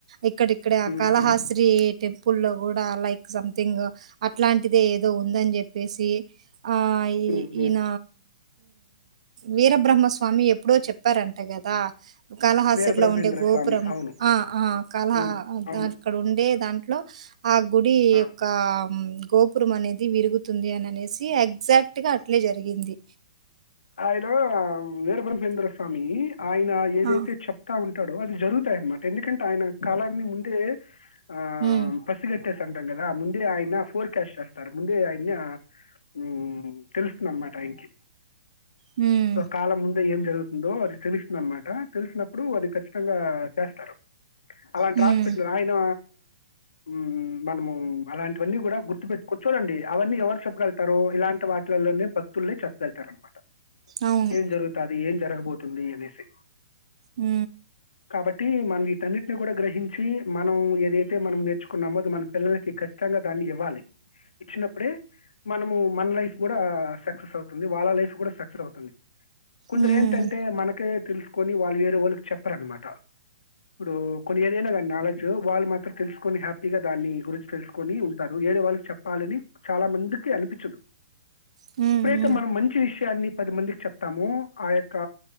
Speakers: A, on the right; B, on the left.
A: ఇక్కడిక్కడె
B: మ్మ్,
A: కాళహాస్త్రి
B: మ్మ్,
A: టెంపుల్ లో కూడా లైక్ సంథింగ్ అక్ అట్లాంటిదే ఏదో ఉందని చెప్పేసి ఆ ఈ
B: మ్మ్, మ్మ్.
A: ఈన వీరబ్రహ్మస్వామి ఎప్పుడో చెప్పారంట కదా కాళహాస్రి
B: వీరబ్రహ్మేంద్ర
A: లో ఉండే గోపురము
B: స్వామి అవును
A: అ ఆ కాళహాస్
B: మ్మ్, అవును
A: అక్కడ ఉండే దాంట్లో ఆ గుడి
B: ఆ,
A: యొక్క గోపురం అనేది ది విరుగుతుంది అని అనేసి ఎగ్జాక్ట్గా అట్లే జరిగింది
B: ఆయనా వీరభ్రహ్మేంద్ర స్వామి ఆయన ఏదైతే
A: ఆ!
B: చెప్తా ఉంటాడో అది జరుగుతాయన్నమాట ఎందుకంటే ఆయన కాలాన్ని ముందే ఆ
A: హ్మ్.
B: పసిగట్టేసి అంటాం కదా ముందే ఆయన ఫోర్ క్యాష్ట్ చేస్తారు ముందే ఆయన్ని ఉమ్ తెలుస్తుందనమాట ఆయనకి
A: హ్మ్.
B: సో కాలం ముందే ఏం జరుగుతుందో అది తెలుస్తుందనమాట తెలిసిన ఇప్పుడు అది ఖచ్చితంగా చేస్తారు అలాంటి
A: హ్మ్.
B: <unintelligible> ఆయన ఉమ్ మనము అలాంటివన్నీ కూడ గుర్తుపెట్టుకుం చూడండి అవన్నీ ఎవరు చెప్పగలుగుతారు ఇలాంటి వాటిలలోనే భక్తుల్లే చెప్తుం తర్ అనమాట
A: అవును.
B: ఏం జరుగుతాది ఏం జరగబోతుంది అనేసి
A: ఉ
B: కాబట్టి మనం వీటన్నింటిని కూడ గ్రహించి మనం ఏదైతే మనం నేర్చుకున్నామో అది మన పిల్లలకి కచ్చితంగా దాన్ని ఇవ్వాలి ఇచ్చినప్పుడే మనము మన లైఫ్ కూడా సక్సెస్ అవుతు వాళ్ళ లైఫ్ కూడ సక్సెస్ అవుతుంది కొందరేంటంటే
A: హ్మ్.
B: మనకే తెలుసుకొని వాళ్ళు వేరే వాళ్ళకి చెప్పరనమాట ఇప్పుడు కొరియరె నాలెడ్జ్ వాళ్ళు మాత్రం తెలుసుకొని హ్యాపీగా దాన్ని గురించి తెలుసుకొని ఉంటారు వేరే వాళ్ళుకు చెప్పాలని చాలా అందుకే అనిపిచ్చదు
A: హూ మ్
B: అయితే మనం మంచి విషయాన్ని పది మందికి చెప్తాము ఆ యొక్క